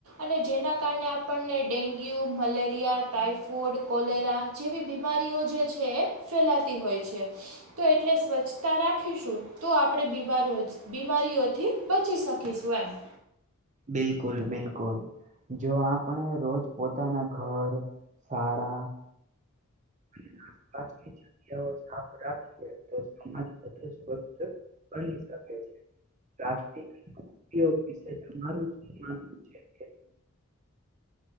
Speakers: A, on the right; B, on the right.
A: અને જેના કારણે આપણને ડેન્ગ્યુ, મલેરિયા, ટાઈફોડ, કોલેરા જેવી બીમારીઓ જે છે. ફેલાતી હોય છે. તો એટલે સ્વચ્છતા રાખીશું તો આપણે બીમારીઓથી બીમારીઓથી બચી શકીશું એમ.
B: બિલકુલ બિલકુલ. જો આપણે રોજ પોતાના ઘર, શાળા આસપાસની જગ્યાઓ સાફ રાખએ તો, સમાજ બધું સ્વસ્થ બની શકે છે, પોષિક ઉપયોગ વિશે તમારું હ.